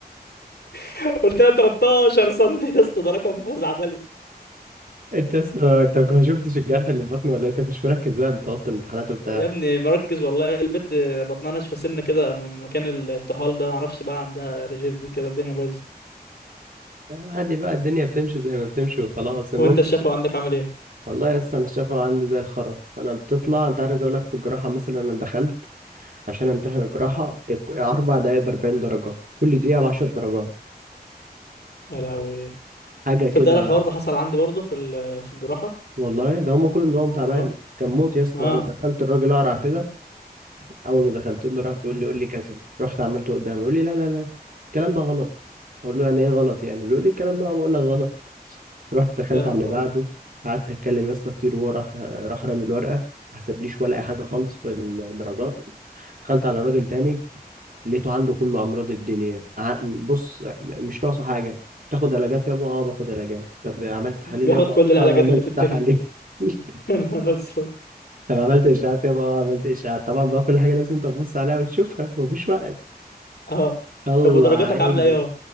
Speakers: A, on the left; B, on the right.
A: <laughs> قلت لها 13 سم يا اسطى ده رقم خزعبلي
B: انت يا اسطى انت ما شفتش الجرح اللي في بطني ولا إيه؟ انت مش مركز بقى انت وقت الامتحانات وبتاع
A: يا ابني مركز والله البت بطنها ناشفه سنه كده من مكان الطحال ده معرفش بقى عندها ريجيديتي كده الدنيا بايظه
B: عادي بقى الدنيا بتمشي زي ما بتمشي وخلاص المهم
A: هو انت الشفا عندك عامل ايه
B: والله يا اسطى انا الشفا عندي زي الخرا انا بتطلع انت عايز اقول لك في الجراحه مثلا انا دخلت عشان امتحن الجراحه الك- اربع دقايق ب 40 درجه كل دقيقه ب 10 درجات
A: يا لهوي
B: حاجه كده
A: تصدق أنا الحوار ده حصل عندي برضه في ال- في الجراحه
B: والله ده هم كل نظام تعبان
A: والله
B: كان موت يا اسطى
A: اه
B: انا دخلت الراجل اقرع كده اول ما دخلت له راح بيقول لي قول لي كذا رحت عملته قدامي يقول لي لا لا لا الكلام ده غلط اقول له يعني ايه غلط يعني بيقول لي الكلام ده بقول لك غلط رحت دخلت
A: يا نهار
B: على اللي بعده
A: ابيض
B: قعدت اتكلم يا اسطى كتير وهو راح راح رامي الورقه ما حسبليش ولا اي حاجه خالص في الدرجات دخلت على راجل تاني لقيته عنده كل امراض الدنيا ع- بص مش ناقصه حاجه تاخد علاجات يابا اه باخد علاجات طب عملت تحاليل
A: بياخد
B: يابا
A: كل العلاجات
B: اه عملت
A: اللي في الدنيا
B: تحاليل <laughs>
A: <laughs> يا نهار اسود
B: طب عملت اشاعات يابا اه عملت اشاعات طبعا بقى كل حاجه لازم تبص عليها وتشوفها مفيش وقت
A: اه
B: طلع
A: طب ودرجاتك
B: عيني
A: عامله ايه اهو